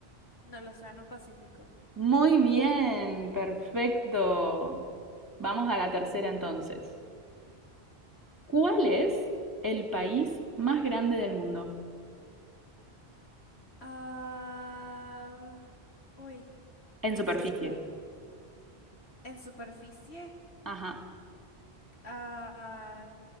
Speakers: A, on the left; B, on the right.
A: No, el Océano Pacífico.
B: Muy bien, perfecto. Vamos a la tercera entonces. ¿Cuál es el país más grande del mundo?
A: Ah, uy,
B: En
A: siempre
B: superficie.
A: en superficie.
B: Ajá.
A: Ah,